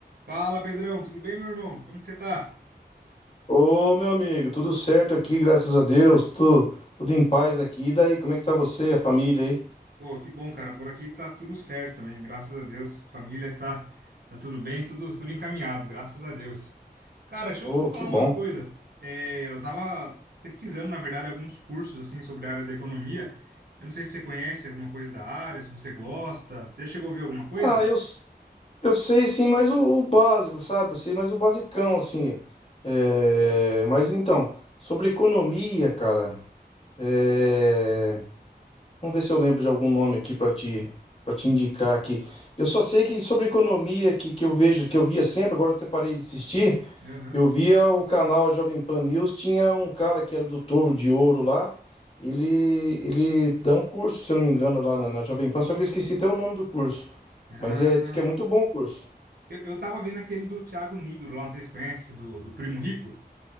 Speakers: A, on the right; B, on the left.
A: Fala, Pedrão, tudo bem, meu irmão? Como que você tá?
B: Ô, meu amigo, tudo certo aqui, graças a Deus, tudo, tudo em paz aqui. E daí, como é que tá você, a família aí?
A: Pô, que bom, cara. Por aqui tá tudo certo também, graças a Deus. Família tá, tá tudo bem, tudo, tudo encaminhado, graças a Deus. Cara, deixa
B: Ô,
A: eu falar
B: que bom.
A: uma coisa. É, eu tava pesquisando, na verdade, alguns cursos assim sobre a área de economia. Eu não sei se você conhece alguma coisa da área, se você gosta. Você já chegou a ver alguma coisa?
B: Ah, eu, s- eu sei sim, mas o, o básico, sabe? Eu sei mais o basicão, assim. É, mas então, sobre economia, cara, é, vamos ver se eu lembro de algum nome aqui pra te, para te indicar aqui. Eu só sei que sobre economia, que, que eu vejo, que eu via sempre, agora eu até parei de assistir.
A: Aham.
B: Eu via o canal Jovem Pan News, tinha um cara que era do Touro de Ouro lá. Ele, ele dá um curso, se eu não me engano, lá na, na Jovem Pan, só que eu esqueci até o nome do curso.
A: Ah,
B: Mas é, diz que é muito bom o curso.
A: eu, eu tava vendo aquele do Thiago Nigro lá, não sei se você conhece, do, do Primo Rico.